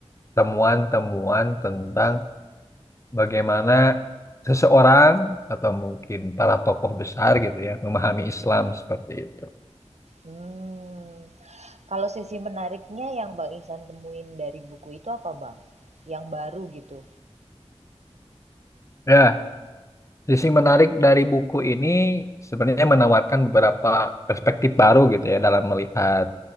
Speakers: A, on the left; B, on the right.
A: temuan-temuan tentang bagaimana seseorang atau mungkin para tokoh besar gitu ya memahami Islam seperti itu.
B: Mmm. Kalau sisi menariknya yang Bang Ihsan temuin dari buku itu apa, Bang? Yang baru gitu?
A: Ya, sisi menarik dari buku ini sebenarnya menawarkan beberapa perspektif baru gitu ya dalam melihat